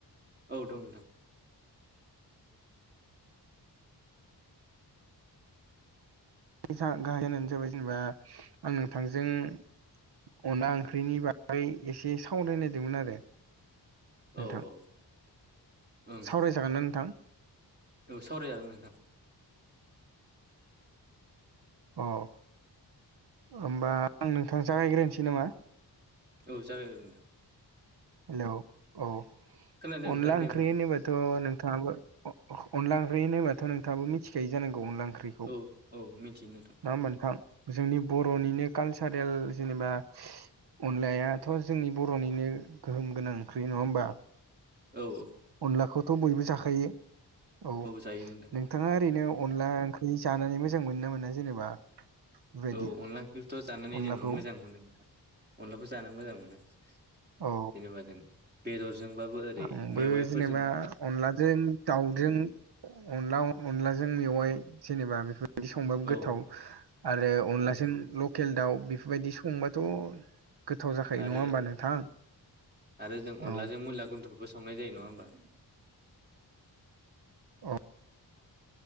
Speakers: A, on the right; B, on the right.
A: औ दं नोंथां
B: गाहाय जाहोनानो जाहैबाय जेनेबा आं नोंथांजों अनला ओंख्रिनि बा एसे सावरायनो नायदोंमोन आरो नोंथां
A: औ औ ओं
B: सावरायजागोन ना नोंथां
A: औ सावरायजागोन नोंथां
B: अ होमबा आं नोंथां जागायग्रोनोसै नामा
A: औ जागायग्रोदो नोंथां
B: हेलौ औ
A: खोनादों नोंथां
B: अनला
A: दे
B: ओंख्रि
A: बुं
B: होनोबाथ' नोंथाङाबो अ अनला ओंख्रि होनोबाथ' नोंथाङाबो मिथिखायो जानांगौ अनला ओंख्रि खौ
A: औ औ मिथियो नोंथां
B: नङा होमबा नोंथां जोंनि बर'निनो कालसारेल जेनेबा अनलायाथ' जोंनि बर'निनो गोहोम गोनां ओंख्रि नङा होमबा
A: औ औ
B: अनलाखौथ' बयबो जाखायो औ
A: जायो नोंथां
B: नों थाङा ओरैनो अनला ओंख्रि जानानै मोजां मोनो ना मोना जेनेबा? बेबायदि
A: औ अनला ओंख्रिखौथ' जानानै
B: अनलाखौ
A: जों मोजां मोनो नोंथां अनलाखौ जा मोजां मोनो। जेनेबा
B: औ
A: जों बेदरजोंबाबो ओरै
B: आंबो
A: मेवाइफोरजों
B: जेनेबा अनलाजों दाउजों अन अनलाजों मेवाइ जेनेबा बेफोर बादि संबाबो
A: औ
B: गोथाव आरो अनलाजों
A: ओं
B: ल- लकेल दाउ बेफोरबायदि संबाथ' गोथाव जाखायो
A: आरो
B: नङा होमबा नोंथां
A: आरो जों अनलाजों
B: औ
A: मुला गुन्द्रुगबो संनाय जायो नङा होमबा
B: अ